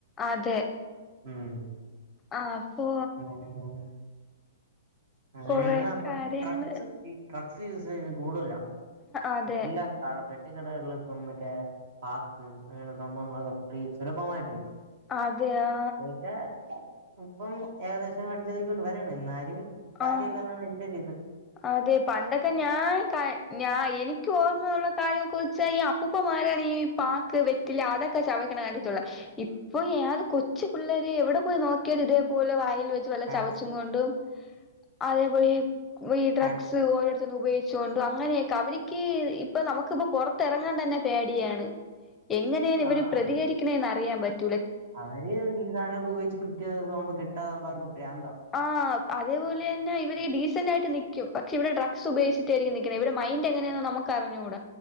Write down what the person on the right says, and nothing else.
ഉം
അങ്ങനെപോണ് അങ്ങനേണ്
അപ്പൊ
ഡ്രഗ്സ് ഈ ഡ്രഗ്സ് യൂസയ്ന് കൂടുതലാ
എല്ലാ ടെ പെട്ടിക്കിടകളിൽ ഇപ്പം മറ്റേ പാക്ക് അങ്ങനെ സംഭവങ്ങളൊക്കെ ഫ്രീ സുലഭമായിട്ട് കിട്ടും.
പ ഇപ്പം ഏകദേശം അടിച്ചൊദിക്കിക്കൊണ്ട് വരണ് ന്നാലും. കാര്യല്ലെന്നാണ്
എൻ്റൊരിത്.
ഹാൻഡ്സ്
ഹാൻഡ്സ്
ആഹ്
അവര് ഈ സാനൊക്കെ ഉപയോഗിച്ച് കിട്ടിയതക്കാകുമ്പോ കിട്ടാതൊവുമ്പോ അവർക്ക് പ്രാന്താവു.